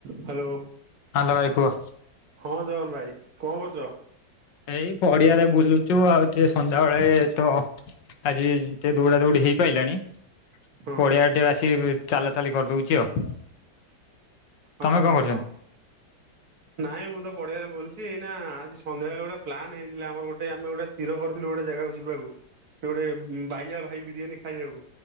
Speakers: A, on the right; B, on the left.
A: Hello.
B: Hello ଦ୍ଭାଇ କୁଅ।
A: ହଁ ଜଗନ ଭାଇ କଅଁ କରୁଚ?
B: ଏଇ ପଡିଆରେ ବୁଲୁଚୁ ଆଉ ଟିକେ ସନ୍ଧ୍ୟାବେଳେ ତ ଆଜି ଏ ଦୌଡା ଦୌଡି ହେଇପାଇଲାଣି।
A: ହଁ
B: ପଡିଆ ଆଡ଼େ ଟିକେ ଆସି ଚାଲା ଚାଲି କରିଦଉଚି ଆଉ ତମେ
A: ଅ
B: କଣ
A: ହଁ
B: କରୁଛନ୍ତି?
A: ହ। ନାଇଁ ମୁଁ ତ ପଡିଆରେ ବୁଲିଚି ଏଇନା ଆଜି ସନ୍ଧ୍ୟାବେଳେ ଗୋଟେ ପ୍ଲାନ୍ ହେଇଥିଲା ଆମର ଗୋଟେ ଆମେ ଗୋଟେ ସ୍ଥିର କରିଥିଲୁ ଗୋଟେ ଜାଗାକୁ ଯିବାକୁ ଗୋଟେ ବାଇଆ ଭାଇ ବିରିୟାନୀ ଖାଇବାକୁ